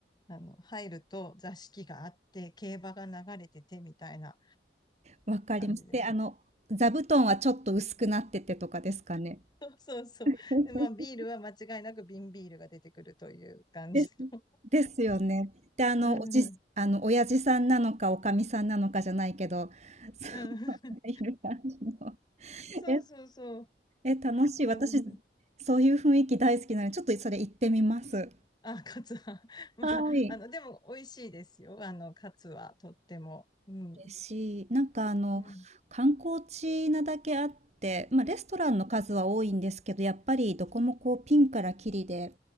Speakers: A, on the left; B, on the right.
A: あの、入ると座敷があって、競馬が流れててみたいな
B: わかります。
A: 感じです。
B: で、あの、座布団はちょっと薄くなっててとかですかね。
A: そうそうそう。
B: <laughs>
A: で、まあ、ビールは間違いなく瓶ビールが出てくるという感じの。
B: です。ですよね。で、あの、
A: うんうん。
B: おじ、あの、親父さんなのか、おかみさんなのかじゃないけど、<laughs> そう、
A: うん
B: いる感じの。
A: そうそうそう。
B: え、え、楽しい。
A: そうです。
B: 私、そういう雰囲気大好きなので、ちょっとそれ行ってみます。
A: あ、カツは。<laughs> まあ、
B: はい。
A: あの、でも美味しいですよ。あの、カツはとっても。うん。
B: 嬉しい。なんかあの、
A: うん。
B: 観光地なだけあって、まあレストランの数は多いんですけど、やっぱりどこもこうピンからキリで、